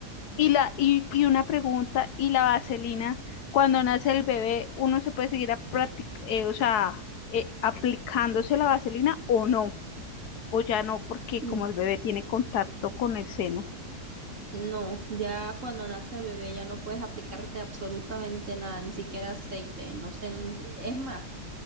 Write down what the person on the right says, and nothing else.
Mm.
No, ya cuando nace el bebé ya no puedes aplicarte absolutamente nada, ni siquiera aceite en los senos. ni si- Es más.